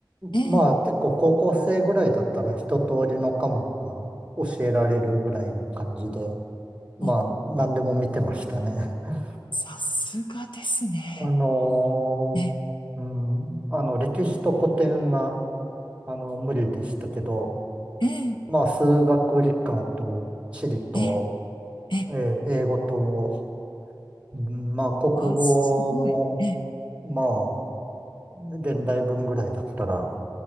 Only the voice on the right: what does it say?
まあ結構高校生ぐらいだったら一通りの科目は教えられるぐらいの感じで、まあ何でも見てましたね。
<laughs>
あの
ーうん、あの歴史と古典はあの無理でしたけど、
まあ数学理科と地理と、
えー英語と、うん、まあ国語も、
まあ現代文ぐらいだったら、